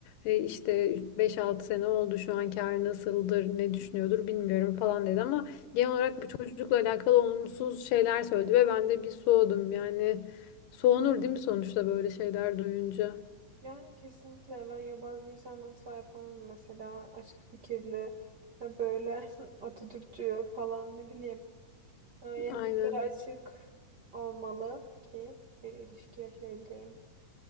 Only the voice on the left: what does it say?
Ee, işte beş altı sene oldu şu anki hali nasıldır, ne düşünüyordur bilmiyorum falan dedi ama genel olarak bu çocukla alakalı olumsuz şeyler söyledi ve ben de bir soğudum. Yani soğunur değil mi sonuçta böyle şeyler duyunca?
Aynen.